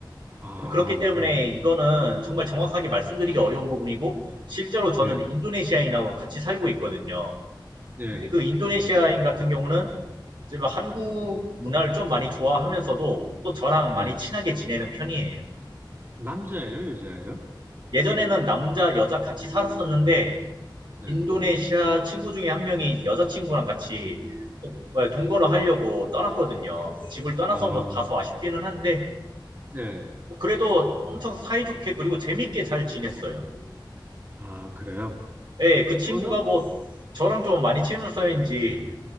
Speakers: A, on the right (about 25°); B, on the right (about 70°).
A: 아,
B: 그렇기 때문에
A: 음,
B: 이거는 정말 정확하게 말씀드리기 어려운 부분이고, 실제로 저는
A: 예,
B: 인도네시아인하고 같이 살고 있거든요.
A: 예,
B: 근데 그 인도네시아인
A: 음,
B: 같은 경우는 지금 한국 문화를 좀 많이 좋아하면서도 또 저랑 많이
A: 예.
B: 친하게 지내는 편이에요.
A: 남자예요, 여자예요?
B: 예전에는 남자, 여자 같이 살았었는데,
A: 네.
B: 인도네시아 친구 중에 한 명이 여자친구랑 같이 동거를 하려고 떠났거든요. 집을 떠나서
A: 아,
B: 뭐 다소 아쉽기는 한데,
A: 예.
B: 뭐 그래도 엄청 사이좋게 그리고 재밌게 잘 지냈어요.
A: 아, 그래요?
B: 예, 그 친구가
A: 언어는,
B: 뭐 저랑 좀 많이 친해서인지